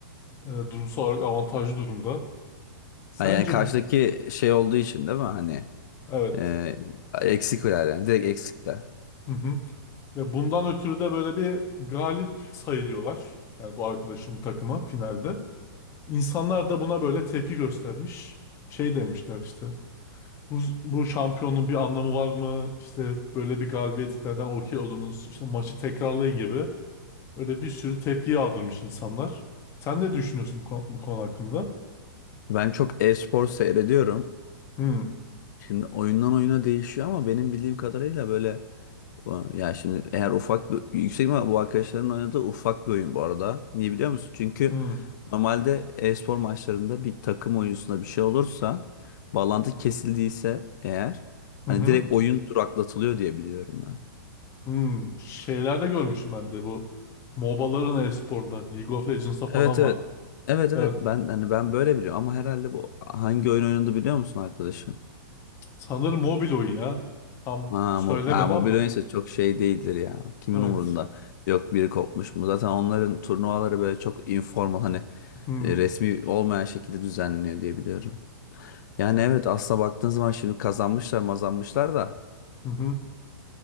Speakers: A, on the left; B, on the left.
A: e, durumsal olarak avantajlı durumda. Sence
B: ha, yani karşıdaki şey olduğu için değil mi? Hani
A: evet.
B: e, eksikler yani. Direkt eksikler.
A: Hı hı. Ve bundan ötürü de böyle bir galip sayılıyorlar. Yani bu arkadaşımın takımı finalde. İnsanlar da buna böyle tepki göstermiş. Şey demişler işte. Bu, bu şampiyonun bir anlamı var mı? İşte böyle bir galibiyeti neden okey oldunuz? İşte maçı tekrarlayın gibi. Öyle bir sürü tepki yağdırmış insanlar. Sen ne düşünüyorsun bu konu, bu konu hakkında?
B: Ben çok e-spor seyrediyorum.
A: Hı
B: Şimdi oyundan oyuna değişiyor ama benim bildiğim kadarıyla böyle o- ya şimdi eğer ufak bir yüksek ihtimal bu arkadaşların oynadığı ufak bir oyun bu arada. Niye biliyor musun? Çünkü
A: hı
B: normalde e-spor maçlarında bir takım oyuncusunda bir şey olursa bağlantı kesildiyse eğer hani
A: hı hı.
B: direkt oyun duraklatılıyor diye biliyorum
A: Hmm, şeylerde görmüştüm ben de bu MOBA'ların e-sporunda League of Legends'da falan
B: Evet evet.
A: vardı.
B: Evet
A: Evet.
B: evet ben hani ben böyle biliyorum ama herhalde bu hangi oyun oynadı biliyor musun arkadaşın?
A: Sanırım mobil oyun ya. Tam
B: Ha,
A: söylemedi
B: mob ha, mobil
A: ama.
B: oyunsa çok şey değildir ya. Kimin
A: Evet.
B: umurunda? Yok biri kopmuş mu? Zaten onların turnuvaları böyle çok informal hani
A: Hmm.
B: e, resmi olmayan şekilde düzenleniyor diye biliyorum. Yani evet aslında baktığın zaman şimdi kazanmışlar mazanmışlar da
A: Hı hı.